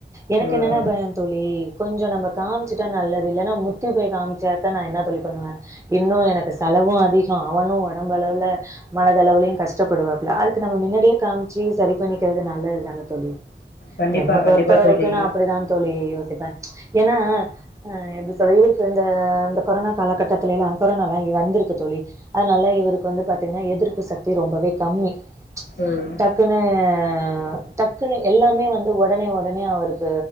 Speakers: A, on the right; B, on the left.
A: எனக்கு
B: ம்.
A: என்னன்னா பயம் தோழி கொஞ்சோ நம்ம காமிச்சு ட்ட நல்லது இல்லனா முத்தி போய் காமிச்சா நா என்ன தோழி பண்ணுவே இன்னு எனக்கு செலவு அதிகோ அவனு ஒடம்பு அளவுல மனது அளவுலையு கஷ்டப்படுவாப்புல அதுக்கு நம்ம மின்னாடியே காமிச்சு சரி பண்ணிக்கிறது நல்ல ப்படி தான தோழி
B: கண்டிப்பா,
A: என்ன பொறுத்த
B: கண்டிப்பா
A: வரைக்கு
B: தோழி.
A: நா அப்படிதா தோழி யோசிப்பே ஏன்னா அ எப்படி சொல்ற இவருக்கு இந்த இந்த கொரோனா காலகட்டத்தில எல்லா கொரோனாலா இங்க வந்திருக்கு தோழி அதுனால இவருக்கு வந்து பாத்தீங்ன்னா எதிர்ப்பு சக்தி ரொம்பவே கம்மி
B: ம்.
A: டக்குன்னு ம் டக்குன்னு எல்லாமே வந்து ஒடனே ஒடனே அவருக்கு